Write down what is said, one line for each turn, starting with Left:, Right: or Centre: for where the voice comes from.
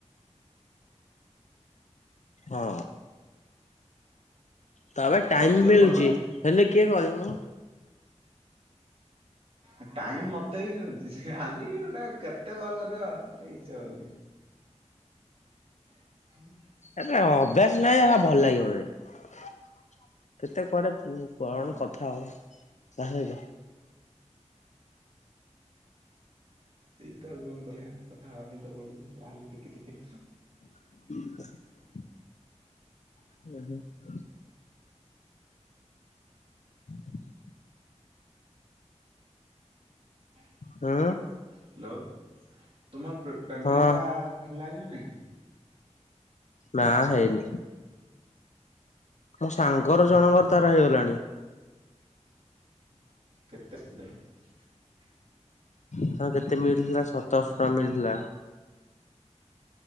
Left: ହଁ ତାପରେ ଟାଇମ୍
Right: କରିଦିଅ
Left: ମିଳୁଚି।
Right: ଭଲ ନା
Left: ହେଲେ କିଏ କରିବ ମ?
Right: ଆ ଟାଇମ୍ ମ ମତେ ବି ମିଳୁଚି, ଖାଲି ଗୋଟେ କେତେ କଲ୍ କରିବ, ଆଉ ଇଚ୍ଛା ହଉନି। <inaudible>
Left: ଆରେ ଅଭ୍ୟାସ ନହିଁ ହେରା ଭଲ ଲାଗିବନି, କେତେ କୁଆଡେ
Right: ହଁ
Left: କଣ
Right: ବା।
Left: କଥା ହବ
Right: ସେଇ ତ ଆଉ କଣ କହିବା କଥା ହବା ପାଇଁ ତ ପଡୁଚି, ଯାହେଲେ ଟିକେ-ଟିକେ
Left: <inaudible> <unintelligible> <inaudible> <unintelligible> <inaudible>
Right: ହାଲୋ,
Left: ହଁ
Right: ତୁମର <unintelligible> ପେମେଣ୍ଟ
Left: ହଁ
Right: ଟା ହେଲାଣିି ନା ନାଇଁ?
Left: ନା ହେଇନି, ମୋ ସାଙ୍ଗର ଜଣଙ୍କର ତାର ହେଇଗଲାଣି।
Right: କେତେ <unintelligible> <unintelligible>
Left: ତାର କେତେ ମିଳିଥିଲା ସତରଶ ଟଙ୍କା ମିଳିଥିଲା।